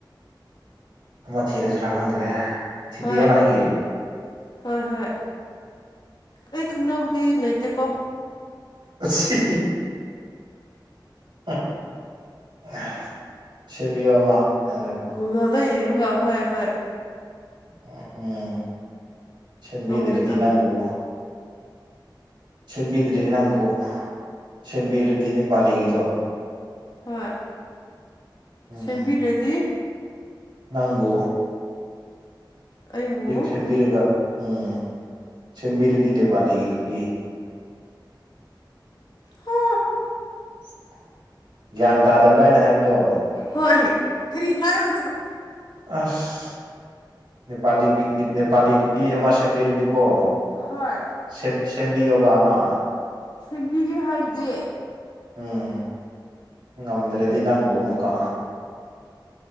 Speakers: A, on the right (about 80°); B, on the left (about 60°).
A: ꯑꯃ ꯊꯤꯔꯁꯤꯔꯥ ꯈꯪꯗ꯭ꯔꯦ ꯊꯤꯕꯤꯌꯣꯅ
B: ꯍꯣꯏ
A: ꯑꯩꯒꯤ
B: ꯍꯣꯏ ꯍꯣꯏ ꯑꯩ ꯈꯪꯅꯕꯗꯤ ꯂꯩꯇꯦꯀꯣ
A: ꯑꯁꯤ ꯍꯝ ꯍꯝ ꯁꯦꯝꯕꯤꯌꯣ ꯑꯃ ꯍꯥꯟꯅ
B: ꯨꯒꯨꯒꯜꯗ ꯌꯦꯡꯉꯒ ꯍꯣꯏ ꯍꯣꯏ
A: ꯎꯝ ꯎꯝ ꯁꯦꯝꯕꯤꯗ꯭ꯔꯗꯤ
B: ꯇꯧꯒꯦ ꯇꯧꯒꯦ
A: ꯅꯪꯕꯨ ꯁꯦꯝꯕꯤꯗ꯭ꯔꯤꯗꯤ ꯅꯪꯕꯨ ꯁꯦꯝꯕꯤꯔꯗꯤꯅꯦ ꯄꯥꯂꯤꯒꯤꯗꯣ
B: ꯍꯣꯏ
A: ꯎꯝ
B: ꯁꯦꯝꯕꯤꯗ꯭ꯔꯗꯤ
A: ꯅꯪꯕꯨ
B: ꯑꯩꯕꯨ
A: ꯁꯦꯝꯕꯤꯔꯒ ꯎꯝ ꯁꯦꯝꯕꯤꯔꯗꯤ ꯅꯦꯄꯥꯂꯤꯒꯤ ꯅꯨꯄꯤ
B: ꯍꯥ
A: <inaudible> ꯒ꯭ꯌꯥꯟ ꯇꯥꯗꯕ꯭ꯔꯥ ꯍꯥꯏꯅ ꯍꯥꯏꯕꯗꯣ
B: ꯍꯣꯏ ꯀꯔꯤ ꯍꯥꯏꯕꯅꯣ
A: ꯑꯁ ꯅꯦꯄꯥꯂꯤ ꯅꯦꯄꯥꯂꯤ ꯅꯨꯄꯤ ꯑꯃ ꯁꯦꯝꯕꯤꯔꯗꯤꯀꯣ
B: ꯍꯣꯏ
A: ꯁꯦꯝ ꯁꯦꯝꯕꯤꯌꯣꯕ ꯑꯃ
B: ꯁꯦꯝꯕꯤꯒꯦ ꯍꯥꯏꯗꯨꯗꯤ
A: ꯎꯝ ꯉꯝꯗ꯭ꯔꯗꯤ ꯅꯪꯕꯨ ꯑꯃꯨꯛꯀ